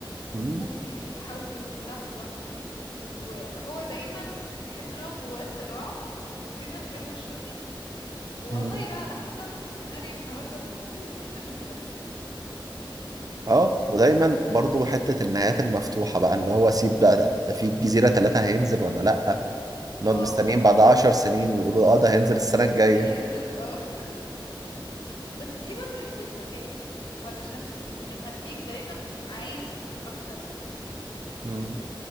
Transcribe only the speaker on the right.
مم،
مم.
اه ودايما برضو حته النهايات المفتوحه بقى اللي هو سيب بقى ده, ده في الجزيره ثلاثه هينزل ولا لا نقعد
مستنيين بعد 10 سنين ويقولوا اه ده هينزل السنة الجاية
امم